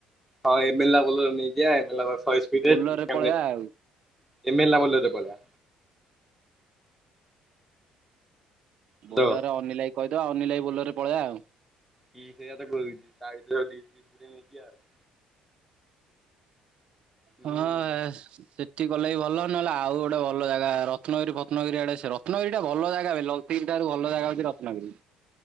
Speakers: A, in the centre; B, on the right.
A: ହଁ ଏ ମେଲା ଗ ନେଇଯ ଏ ମେହ ସ୍ପି ସେ
B: ବୋଲରରେ
A: <unintelligible>
B: ପଳେଇବା ଆଉ
A: ଏମଏଲ ବଲୁ ବୋ <unintelligible> ହାଲୋ
B: ବୋଲରରେ ଅନିଲ ଭାଇ କୁ କହିଦବା, ଅନିଲ ଭାଇ ବୋଲରର ରେ ପଳେଇବା ଆଉ।
A: କି ସେଇଟା କରିବ ତା ଭିତରେ ବୋଲି ନେଇେକି ଆଉ,। <unintelligible> ହୁଁ
B: ହଁ। ଗଲେ ବି ଭଲ ନହେଲେ ଆଉ ଗୋଟେ ଭଲ ଜାଗା ରତ୍ନଗିରି ଫତ୍ନଗିରି ଆଡେ ସେ ରତ୍ନଗିରିଟା ଭଲ ଜାଗାବେ। ତିନଟା ରୁ ଭଲ ଜାଗା ଅଛି ରତ୍ନଗିରି।